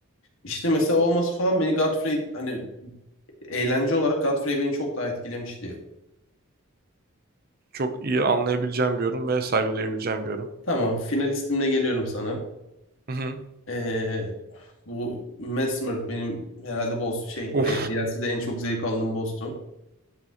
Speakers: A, on the left; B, on the right.
A: İşte mesela olması falan beni Godfrey hani eğlence olarak Godfrey beni çok daha etkilemişti ya.
B: Çok iyi anlayabileceğim bir yorum ve saygı duyabileceğim bir yorum.
A: Tamam finalistimle geliyorum sana.
B: Hı hı.
A: Ee, bu Mesmer benim herhalde boss şey e,
B: Of.
A: DLC'de en çok zevk aldığım boss'tu.